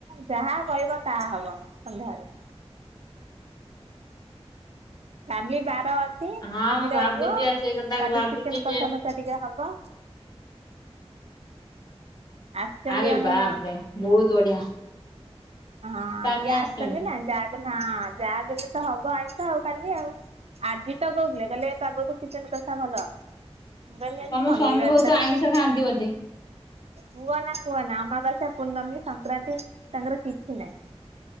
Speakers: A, on the right; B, on the left.
A: ଯାହା କହିବ ତାଆ ହବ ସନ୍ଧ୍ୟା ଓଳୁକୁ। କାଲି ବାର ଅଛି
B: ହଁ
A: ଆଜି
B: ମୁଁ
A: ରହିଯିବ
B: ଭାବୁଛି ଆଉ ସେଇ କଥା
A: କାଲି
B: ଭାବୁଛି
A: ଚିକେନ କଷା
B: ଯେ
A: କସ ଷା ଟିକେ ହବ ଆସଛନ୍ତି
B: ଆରେ
A: ଆମ
B: ବାପରେ ବହୁତ ବଢିଆ।
A: ହଁ
B: ସ୍ଵାମୀ
A: ଇଏ ଆସଚନ୍ତି
B: ଆସିଛନ୍ତି।
A: ନା ଯାହା ବି ହେ ହଁ ଯାହା ବି ହେଲେ ତ ହବ ଆଇଁଷ ଆଉ କାଲି ଆଉ। ଆଜି ତ କଉଥିଲେ କଇଲେ ଏ ପାଗକୁ ଚିକେନ କସା ଭଲ। ମୁଁ କଇଲି ଆଜି
B: ତମ
A: ଶନିିବାରଟାରେ
B: ସ୍ଵାମୀ ବହୁତ ଆଇଁଷ
A: କୁ
B: ଖାଆନ୍ତି ବୋଧେ
A: କୁଅନା କୁଅନା ଅମାବାସ୍ୟା, ପୂର୍ଣମୀ, ସଂକ୍ରାନ୍ତି ତାଙ୍କର କି ଛି ନାଇଁ